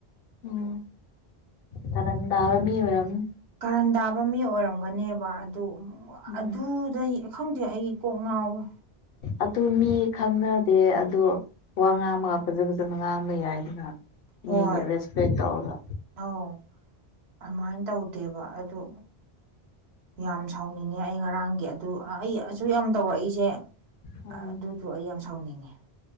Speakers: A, on the left (about 65°); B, on the right (about 80°).
A: ꯎꯝ ꯀꯔꯟ ꯇꯥꯕ ꯃꯤ ꯑꯣꯏꯔꯝ ꯅꯤ
B: ꯀꯔꯟ ꯇꯥꯕ ꯃꯤ ꯑꯣꯏꯔꯝꯒꯅꯦꯕ ꯑꯗꯨ
A: ꯎꯝ
B: ꯑꯗꯨꯗꯩ ꯈꯪꯗꯦ ꯑꯩ ꯀꯣꯛ ꯉꯥꯎꯋꯦ
A: ꯑꯗꯨ ꯃꯤ ꯈꯪꯅꯗꯦ ꯑꯗꯣ ꯋꯥ ꯉꯥꯡꯕꯒ ꯐꯖ ꯐꯖꯅ ꯉꯥꯡꯕ ꯌꯥꯏꯗꯅ ꯃꯤꯒꯤ
B: ꯍꯣꯏ
A: ꯔꯦꯁꯄꯦꯛ ꯇꯧꯔꯒ
B: ꯑꯧ ꯑꯗꯨꯃꯥꯏꯅ ꯇꯧꯗꯦꯕ ꯑꯗꯨ ꯌꯥꯝ ꯁꯥꯎꯅꯤꯡꯉꯦ ꯑꯩ ꯉꯔꯥꯡꯒꯤ ꯑꯗꯨ ꯑꯩ ꯑꯁꯨ ꯌꯥꯝ ꯇꯧꯔꯛꯏꯁꯦ
A: ꯎꯝ
B: ꯑꯗꯨꯗꯣ ꯑꯩ ꯌꯥꯝ ꯁꯥꯎꯅꯤꯡꯉꯦ꯫